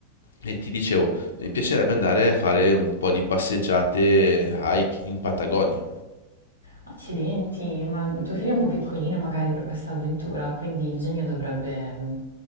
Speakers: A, on the left; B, on the left.
A: E ti dicevo, mi piacerebbe andare a fare un po' di passeggiate, hike in Patagonia.
B: Accidenti, ma tuo figlio è un po' piccolino magari per questa avventura, quindi il genio dovrebbe mh,